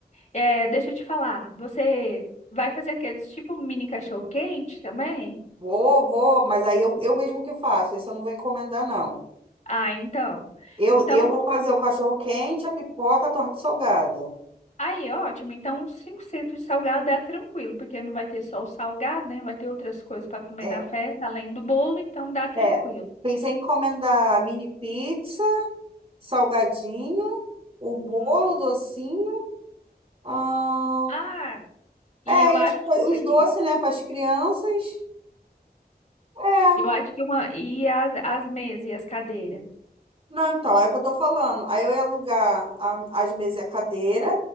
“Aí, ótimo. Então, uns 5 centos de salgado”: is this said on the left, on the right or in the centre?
Left